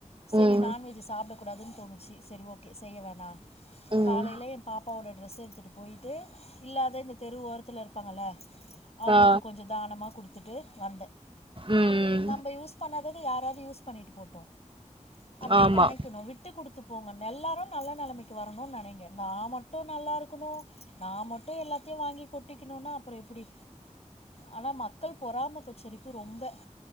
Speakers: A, on the left; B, on the right.
A: சரி
B: ம்
A: நான்வெஜ் சாப் ட கூடாதுனு தோனுச்சி சரி ஓகே செய்ய வேணா
B: ம்
A: காலைல என் பாப்பாவோட ட்ரெஸ் எடுத்துட்டு போயிட்டு இல்லாத‌ இந்த தெரு ஓரத்துல இருப் பாங்கள அவுங்குளுக்கு
B: ஆ
A: கொஞ்சோ தானமா குடுத்துட்டு வந்தே
B: ம்
A: நம்ப யூஸ் பண்ணாத யாராவது யூஸ் பண்ணிட்டு போட்டும் அப்டி
B: ஆமா
A: நனைக்கணு விட்டு குடுத்து போங்க எல்லாரு நல்ல நெலைமைக்கு வரனு நெனைங்க நா மட்டு நல்லா இருக் குனு நா மட்டு ‌எல்லாத்தையு வாங்கி கொட்டிக்குணுனா அப்றோ எப்டி ஆனா மக்கள் பொறாம பச்சரிப்பு ரொம்ப